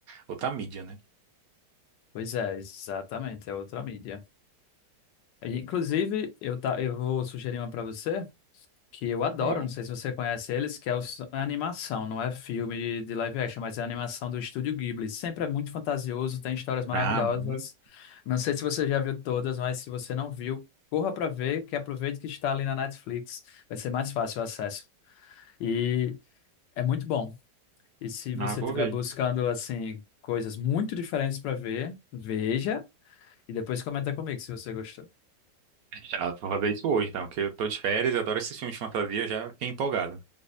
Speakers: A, on the right; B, on the left.
A: outra mídia, né?
B: Pois é, exatamente, é outra mídia. E, Inclusive, eu, tá, eu vou sugerir uma para você. que eu adoro,
A: Ó.
B: não sei se você conhece eles, que é os- a animação, não é filme de live action, mas é a animação do Estúdio Ghibli. Sempre é muito fantasioso, tem histórias maravilhosas.
A: Ah, muito.
B: Não sei se você já viu todas, mas se você não viu, corra para ver, que aproveite que está ali na Netflix, vai ser mais fácil o acesso. E é muito bom. E se você
A: Ah, vou
B: estiver
A: ver.
B: buscando assim coisas muito diferentes para ver, veja e depois comenta comigo se você gostou.
A: Já vou fazer isso hoje, então, que eu tô de férias, eu adoro esses filmes de fantasia, já fiquei empolgado.